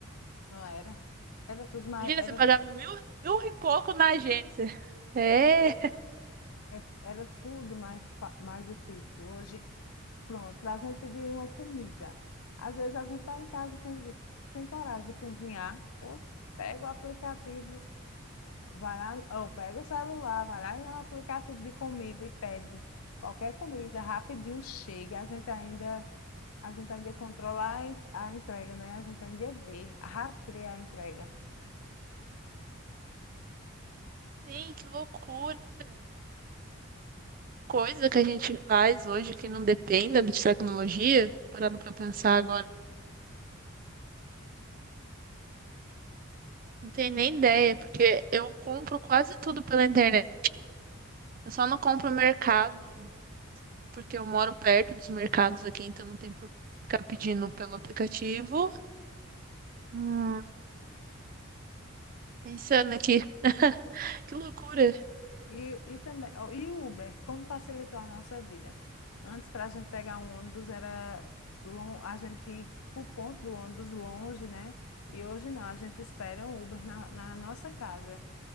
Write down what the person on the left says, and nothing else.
não era? Era tudo mais,
era,
é- era tudo mais, fa- mais difícil. Hoje, pronto, para a gente pedir uma comida. Às vezes a gente está em casa sem, sem coragem de cozinhar, ou pega o aplicativo Vai lá, ou pega o celular, vai lá em um aplicativo de comida e pede qualquer comida, rapidinho chega. A gente ainda, a gente ainda controla a en- a entrega, né? A gente ainda vê, rastreia a entrega.
E, e também, ó, e o Uber, como facilitou a nossa vida? Antes, para a gente pegar um ônibus, era lon- a gente tinha que ir para o ponto do ônibus longe, né? E hoje não, a gente espera um Uber na, na nossa casa.